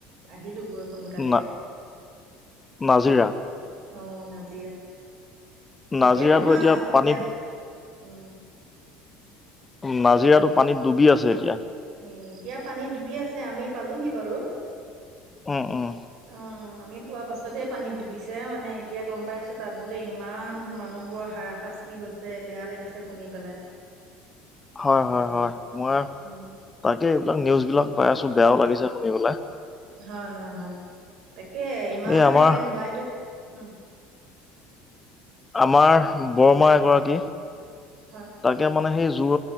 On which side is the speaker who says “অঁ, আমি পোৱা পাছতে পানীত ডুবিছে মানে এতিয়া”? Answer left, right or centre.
Right